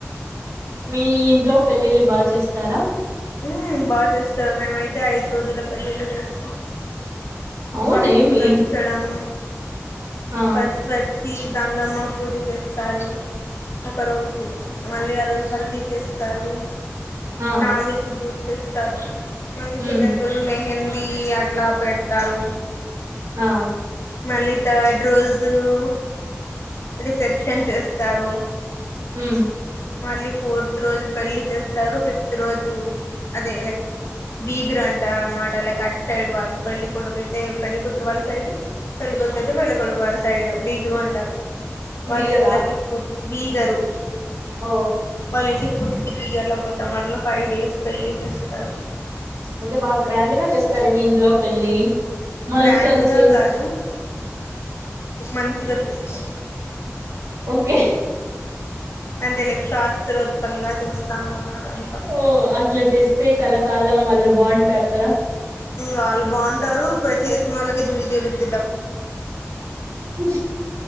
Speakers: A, on the right; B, on the left.
A: మీ ఇంట్లో పెళ్ళిళ్ళు బా చేస్తారా
B: ఉ బాగా చేస్తారు మేమైతే ఐదు రోజుల పెళ్లిళ్లు చేస్తాం
A: అవునేమి
B: పసుపు దచడం
A: ఆ
B: ఫస్ట్ వచ్చి గంగమ్మ పూజ చేస్త వస్తారు ఒకరోజు మళ్ళీ ఆ రోజు హల్దీ చేస్తారు
A: ఆ
B: నావెల్కి బూస్ సరే మనిషదజు
A: ఉమ్
B: మెహెంద ది అట్లా పెడతారు
A: ఆ
B: మళ్లీ థర్డ్ రోజు రీసెప్ రిసెప్షన్ చేస్తారు
A: ఉమ్
B: మళ్ళీ ఫోర్త్ రోజు పెళ్లి చేస్తారు ఫిఫ్త్ రోజు అదే లైక్ బీగరు అంటా అన్నమాటల కట్ సైడ్ వాళ్ళ పెళ్లి కొడుకుయితే పెళ్ళ కుతురు వాళ్ళ సైడ్ పెళ్ళకొడుకు అతే పెళ్ళకొడుకు వాళ్ళ సైడ్ బీగరు అంటారు వాళ్ళ
A: బిగరా
B: ఇంలకి ఫుడ్ బీగరు
A: ఓ
B: వాళ్ళ ఇంటికి ఫుడ్ బీగర్ర్లో పోతాం అట్లో ఫైవ్ డేస్ పెళ్లి చేసుకో సర్లే
A: అదే బాగా గ్రాండ్ గా చేస్తార మీ ఇంట్లో పెళ్ళి మా
B: గ్రాండ్
A: ఇంట్లో వచ్చే
B: గా కాదు మంచిగా చేస్తాం
A: గే
B: అంటే లైక్ శాస్త్రోత్సంగా చేస్తాం అన్నమాట అంతా
A: ఓ అట్లా చేస్తే కళకాలం వాళ్ళు బాగుంటారు కదా
B: వాళ్ళు బాగుంటారు చేసిన వాళ్ళకి తీరుద్దిద్ద
A: ని